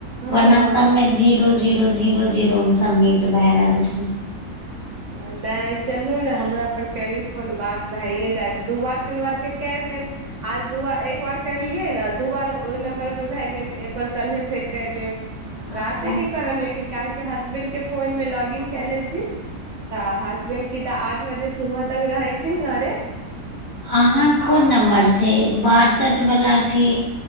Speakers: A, on the left; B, on the right.
A: वरना
B: हँ
A: सब मे जीरो जीरो जीरो जीरो मे सबमीट भाए रहल छै।
B: आ नै चलु नै हमरा पर करी फोन बात भाइये जाएत दू बार, तीन बार के कैर लेब। आज दू बार एक बार करलियै नै दू बार ओय नम्बर पे भाए गेल ए पर कल्हे फेर कैर लेब।
A: हँ
B: राते के करम लेकिन काहे कि हसबैंड के फोन मे लॉगिन काए लै छी। तऽ हसबैंड की तऽ आठ बजे सुबह तक रहै छीन घरे।
A: अहाँक
B: आ
A: कोन नम्बर छै बासठ बला कि